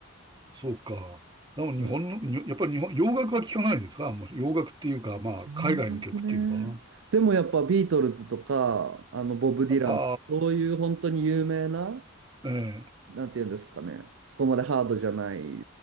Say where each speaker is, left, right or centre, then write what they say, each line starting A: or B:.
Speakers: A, on the right; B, on the right.
A: そうか。でも日本の、
B: うん、
A: にやっぱり日本、洋楽は聞かないですかもう洋楽っていうか、まあ、
B: 洋楽ね。
A: 海外の曲っていうのかな。
B: でもやっぱビートルズとか、あのボブ・ディラン、
A: あ
B: そういう本当に有名な、
A: あ、ええ、
B: なんていうんですかね、そこまでハードじゃない